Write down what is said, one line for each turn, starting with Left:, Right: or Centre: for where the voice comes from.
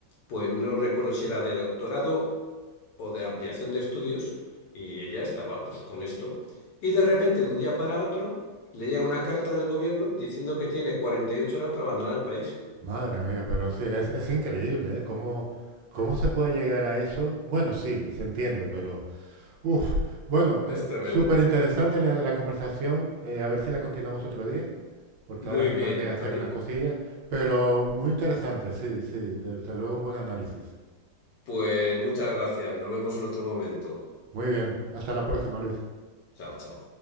Left: pues no recuerdo si era de doctorado o de ampliación de estudios y ella estaba pues con esto. Y de repente, de un día para otro, le llega una carta del gobierno diciendo que tiene 48 horas para abandonar el país.
Right: madre mía, pero sí, es, es increíble, ¿eh? ¿Cómo, cómo se puede llegar a eso? Bueno, sí, se entiende, pero, uff, bueno, eh,
Left: Es tremendo.
Right: súper interesante la, la conversación, eh, a ver si la continuamos otro día. porque
Left: Muy
Right: ahora me
Left: bien,
Right: tengo que hacer
Left: Tony.
Right: unas cosillas, pero muy interesante, sí, sí, desde luego un buen análisis.
Left: Pues muchas gracias. Nos vemos en otro momento.
Right: Muy bien, hasta la próxima, Luis.
Left: Chao, chao.